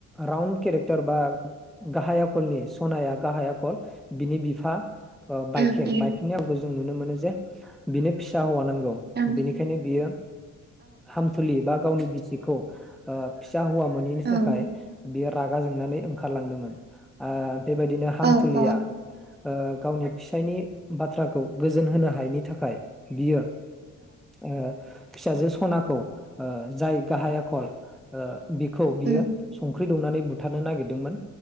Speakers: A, in the centre; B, on the right.
A: राउन्ड केरेक्टार बा गाहाय आखलनि सनाया गाहाय आखल बिनि बिफा ओ बाइकिं
B: उम उम
A: बाइकिंनि आवखौ जों नुनो मोनो जे बिनो फिसा हौव नां औ
B: उम
A: बिनिखायनो बियो। हामथुलि बा। गावनि बिसिखौ ओ। फिसा हौवा मोनैनि
B: उम
A: थाखाय। बेयो रागा जोंनानै। ओंखारलांदोंमोन ओ। बेबायदिनो
B: औ
A: हामथुलिया
B: औ उम औ
A: ओ गावनि। फिसायनि बाथ्राखौ गोजोन होनो हायिनि थाखाय बियो ओ। फिसाजो। सनाखौ ओ। जाय गाहाय आखल ओ बिखौ बियो
B: उम
A: संख्रि दौनानै बु थानो नागिरदोंमोन।